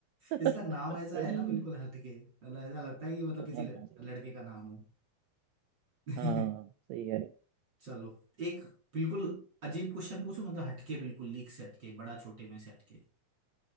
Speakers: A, on the right; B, on the right.
A: <laughs>
B: इसका नाम ऐसा
A: हम्म,
B: है ना बिल्कुल हटके मतलब ऐसा लगता है कि मतलब
A: प्रशांत
B: किसी लड़,
A: महासागर
B: लड़के का नाम हो <laughs>
A: हाँ हाँ हाँ, सही है
B: चलो एक बिल्कुल अजीब क्वेश्चन पूछो मतलब हटके बिल्कुल लीक से हटके बड़ा छोटे में से हटके